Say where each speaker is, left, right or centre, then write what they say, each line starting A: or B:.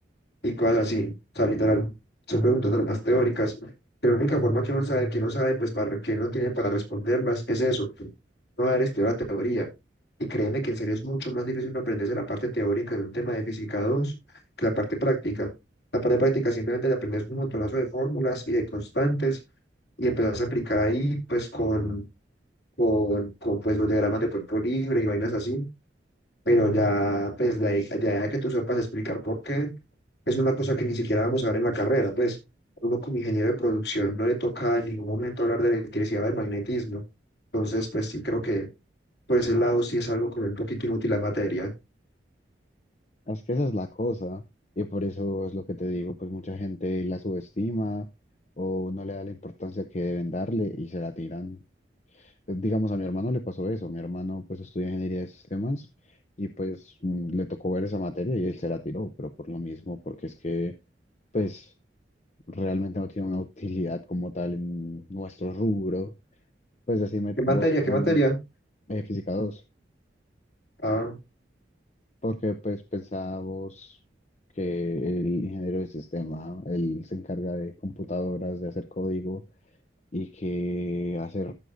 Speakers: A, on the left (about 65°); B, on the left (about 40°).
A: y cosas así. O sea, literal, son preguntas de las más teóricas. que La única forma que uno sabe, que no sabe, pues para que no tiene para responderlas, es eso, no haber estudiado la teoría. Y créeme que en serio es mucho más difícil uno aprenderse la parte teórica de un tema de física 2 que la parte práctica. La parte práctica simplemente te aprendes un montonazo de fórmulas y de constantes y empezás a aplicar ahí, pues con, con, con pues, los diagramas de cuerpo libre y vainas así pero ya, pues, la, de- ahí- ya de que tú sepas explicar por qué, es una cosa que ni siquiera vamos a ver en la carrera, pues, uno como ingeniero de producción no le toca en ningún momento hablar de electricidad o de magnetismo, entonces, pues, sí creo que por ese lado sí es algo como un poquito inútil la materia.
B: Es que esa es la cosa, y por eso es lo que te digo, pues mucha gente la subestima o no le da la importancia que deben darle y se la tiran. Eh, Digamos, a mi hermano le pasó eso, mi hermano pues estudia ingeniería de sistemas y pues mm, le tocó ver esa materia y él se la tiró, pero por lo mismo, porque es que pues realmente no tiene una utilidad como tal en nuestro rubro. Pues decime
A: ¿Qué materia?
B: vos,
A: ¿Qué
B: mm,
A: materia?
B: eh, física dos
A: Ah,
B: Porque pues pensábamos que el ingeniero de sistema, él se encarga de computadoras, de hacer código y que hacer